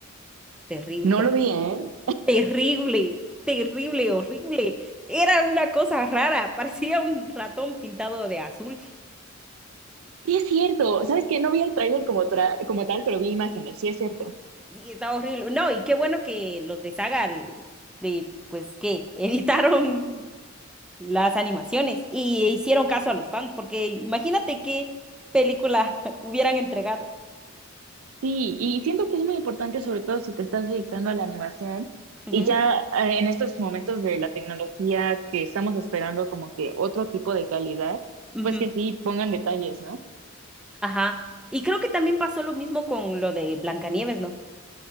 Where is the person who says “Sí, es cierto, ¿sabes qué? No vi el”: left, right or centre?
Right